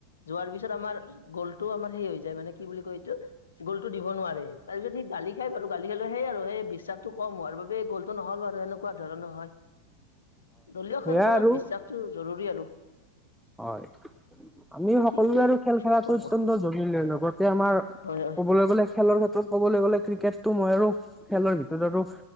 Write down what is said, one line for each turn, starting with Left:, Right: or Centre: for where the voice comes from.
Left: যোৱাৰ পিছত আমাৰ গ'লটোও আমাৰ সেই হৈ যায় মানে কি বুলি কয় এইটো গ'লটো দিব নোৱাৰে তাৰপিছত সি গালি সেই বাৰু গালি খেলো সেই আৰু সেই বিশ্বাসটো কম হোৱাৰ বাবে গলটো নহল আৰু সেনে কুৱা ধৰণৰ হয় দলীয়
Centre: সেয়া
Left: খেলবোৰত
Centre: আৰু
Left: বিশ্বাসটো জৰুৰী আৰু।
Centre: হয়। আমি সকলোৱে
Left: ঠিকেই
Centre: আৰু খেল খেলাটো
Left: কোৱা
Centre: অত্যন্ত
Left: কোৱা
Centre: জৰুৰী লগতে আমাৰ
Left: হয়
Centre: কবলৈ গলে খেলৰ ক্ষেত- ক'বলৈ গ'লে ক্ৰিকেটটো মই আৰু খেলৰ ভিতৰত আৰু